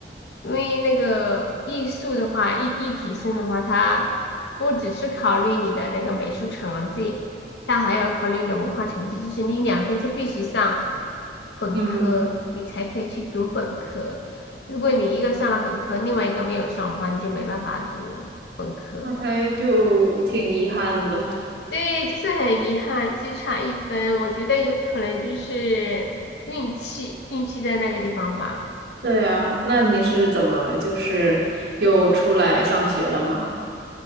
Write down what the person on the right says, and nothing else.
<laughs>
嗯，
那还就挺遗憾的。
对啊，那你是怎么就是又出来上学了吗？